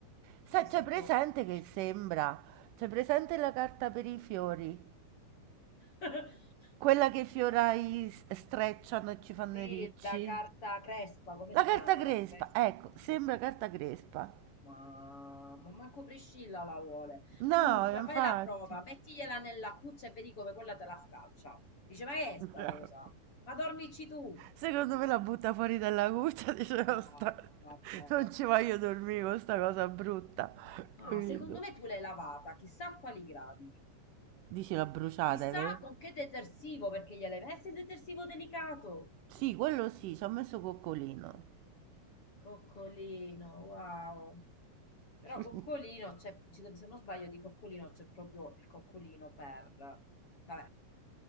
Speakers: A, on the right (about 75°); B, on the left (about 40°).
A: Sai,
B: che è sotto
A: c'è presente
B: il piscino.
A: che sembra... C'è presente la carta per i fiori?
B: <laughs>
A: Quella che i fiorai s- strecciano e ci fanno
B: Sì,
A: i ricci.
B: la carta Crespa, come
A: La
B: si
A: carta
B: chiama?
A: crespa,
B: Crespa.
A: ecco, sembra
B: Mm.
A: carta crespa.
B: Ma, ma manco Priscilla la vuole.
A: No,
B: Tu pa-
A: infatti.
B: fai la prova,
A: <laughs>
B: mettigliela nella cuccia e vedi come quella te la scalcia. Dice, ma che è sta
A: Bravo.
B: cosa? Ma dormici tu.
A: Secondo me la butta fuori dalla cuccia, <laughs> dice, "No,
B: No,
A: sta-
B: ma vabbè,
A: non
B: vabbè,
A: ci voglio
B: no.
A: dormire con sta cosa brutta. <laughs>
B: Ah,
A: Capito?
B: secondo me tu l'hai lavata, chissà a quali gradi.
A: Dici l'ha bruciata,
B: Chissà
A: è vero?
B: con che detersivo, perché gliel'hai messo il detersivo delicato.
A: Sì, quello sì, ci ho messo coccolino.
B: Coccolino, wow. Però
A: <laughs>
B: Coccolino, c'è- ci deve- se non sbaglio, di Coccolino c'è proprio il Coccolino per... Vabbè,